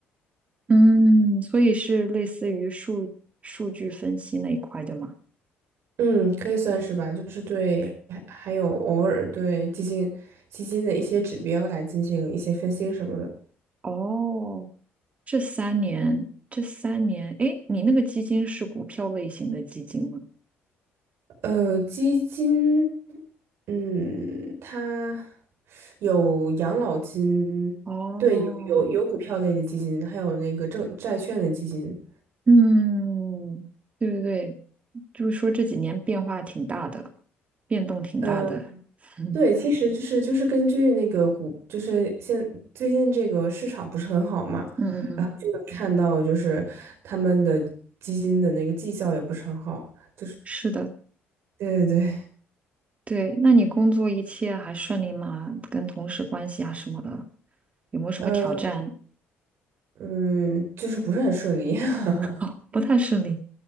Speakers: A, on the right; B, on the right.
A: 嗯，所以是类似于数数据分析那一块的吗？
B: 嗯，可以算是吧，就是对，还还有偶尔对基金基金的一些指标来进行一些分析什么的。
A: 哦，这三年，这三年，诶，你那个基金是股票类型的基金吗？
B: 呃，基金，嗯，它有养老金，
A: 哦，
B: 对，有有有股票类的基金，还有那个证债券的基金。
A: 嗯，对对对，就是说这几年变化挺大的，变动挺大的。
B: 呃
A: <laughs> 嗯
B: 对，其实就是就是根据那个股，就是现最近这个市场不是很好嘛，
A: 嗯嗯。
B: 然后就能看到就是他们的基金的那个绩效也不是很好，就是
A: 是的，
B: 对对对，
A: 对。那你工作一切还顺利吗？跟同事关系啊什么的，有没有什么挑战？
B: 呃嗯，就是不是很顺利，<laughs>
A: 哦，不太顺利。